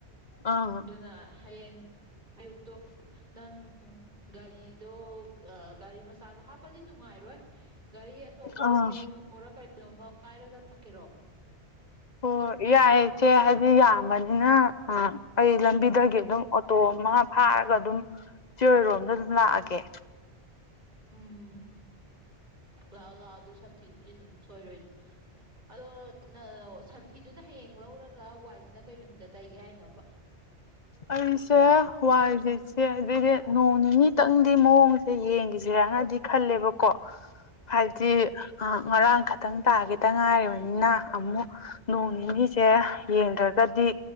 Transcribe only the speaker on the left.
ꯑꯥ
ꯑꯥ
ꯑꯣ ꯌꯥꯏꯌꯦ ꯆꯦ ꯍꯥꯏꯗꯤ ꯌꯥꯝꯕꯅꯤꯅ ꯑ ꯑꯩ ꯂꯝꯕꯤꯗꯒꯤ ꯑꯗꯨꯝ ꯑꯣꯇꯣ ꯃꯥ ꯐꯥꯔꯒ ꯑꯗꯨꯝ ꯆꯦ ꯍꯣꯏꯔꯣꯝꯗ ꯑꯗꯨꯝ ꯂꯥꯛꯑꯒꯦ
ꯑꯩꯁꯦ ꯋꯥꯏꯁꯦ ꯆꯦ ꯑꯗꯨꯗꯤ ꯅꯣꯡ ꯅꯤꯅꯤꯇꯪꯗꯤ ꯃꯑꯣꯡ ꯁꯤ ꯌꯦꯡꯒꯤꯖꯤꯔꯥꯅꯗꯤ ꯈꯜꯂꯦꯕꯀꯣ
ꯍꯥꯏꯕꯗꯤ ꯑ ꯉꯔꯥꯡ ꯈꯇꯪ ꯇꯥꯒꯤꯗ ꯉꯥꯏꯔꯤꯕꯅꯤꯅ ꯑꯃꯨꯛ ꯅꯣꯡ ꯅꯤꯅꯤꯁꯦ ꯌꯦꯡꯗ꯭ꯔꯒꯗꯤ